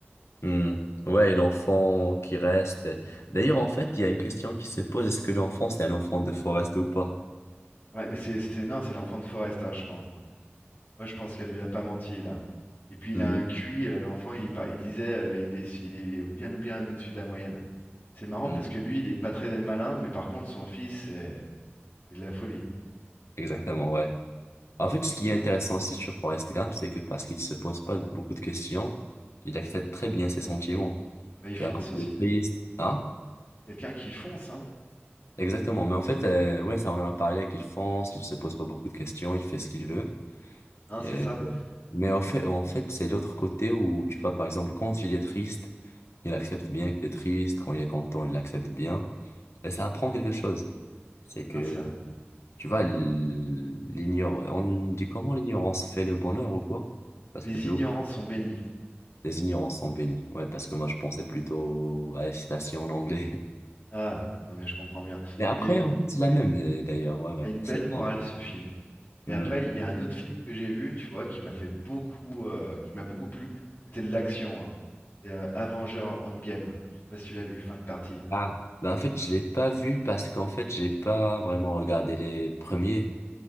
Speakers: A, on the left (about 90°); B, on the left (about 45°).
A: Hmm. Ouais, et l'enfant qui reste. D'ailleurs, en fait, il y a une question qui se pose, est-ce que l'enfant, c'est un enfant de Forrest ou pas?
B: Ouais, mais c'est c'est- non, c'est l'enfant de Forrest, hein, je pense. hein. Moi, je pense qu'elle lui a pas menti là. Et puis il
A: Hmm.
B: a un QI, euh, l'enfant, il, par- il disait, euh, il est, il est bien bien au-dessus de la moyenne. C'est marrant
A: Hmm.
B: parce que lui, il est pas très malin, mais par contre, son fils, c'est c'est de la folie.
A: Exactement, ouais. En fait, ce qui est intéressant aussi sur Forrest Gump, c'est que parce qu'il se pose pas beaucoup de questions, il accepte très bien ses sentiments.
B: Bah, il
A: Tu
B: fonce
A: vois, quand
B: aussi.
A: il est triste, hein?
B: Quelqu'un qui fonce, hein.
A: Exactement, mais en fait, euh, ouais, ça on en a parlé avec Ilfance, il se pose pas beaucoup de questions, il fait ce qu'il veut.
B: Hein,
A: Et-
B: c'est ça.
A: Mais en fait, en fait, c'est l'autre côté où tu vois, par exemple, quand il est triste, il accepte bien qu'il est triste, quand il est content, il l'accepte bien. Et ça apprend quelque chose. C'est que,
B: Hein, ça.
A: tu vois, l- l'ignor... on dit comment l'ignorance fait le bonheur ou quoi? Parce
B: Les
A: que je
B: ignorants
A: l'ai
B: sont bénis.
A: Les ignorances sont bénies. Ouais, parce que moi, je pensais plutôt à la citation en anglais.
B: Ah, non, mais je comprends bien.
A: <laughs> Mais après,
B: Mais
A: en fait, c'est la même, euh, d'ailleurs. Ouais,
B: Il
A: ouais.
B: a une belle
A: C'est
B: morale
A: ça,
B: ce film. Et
A: mais-
B: après, il y a un autre film que j'ai vu, tu vois, qui m'a fait beaucoup, euh, qui m'a beaucoup plu. C'était de l'action, hein. C'est euh, Avengers Endgame. Je sais pas si tu l'as vu, fin de partie.
A: Ah, bah en fait, je l'ai pas vu parce qu'en fait, j'ai pas vraiment regardé les premiers.